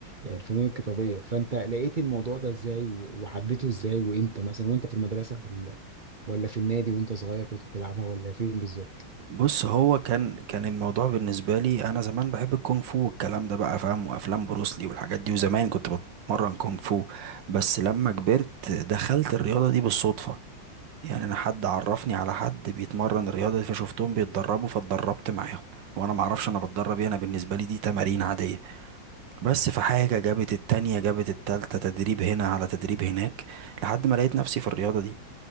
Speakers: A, on the right (about 50°); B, on the right (about 70°).
A: الفنون القتاليه فانت لقيت الموضوع ده ازاي و- وحبيته ازاي وامتى مثلا وانت في المدرسه ولا ولا في النادي وانت صغير كنت بتلعبها ولا فين بالظبط
B: بص هو كان كان الموضوع بالنسبة لي أنا زمان بحب الكونغ فو والكلام ده بقى فاهم وأفلام بروسلي والحاجات دي وزمان كنت بتمرن كونغ فو بس لما كبرت دخلت الرياضة دي بالصدفة يعني أنا حد عرفني على حد بيتمرن الرياضة دي فشفتهم بيتدربوا فاتدربت معاهم وأنا معرفش أنا بتدرب إيه أنا بالنسبة لي دي تمارين عادية بس في حاجة جابت التانية جابت التالتة تدريب هنا على تدريب هناك لحد ما لقيت نفسي في الرياضة دي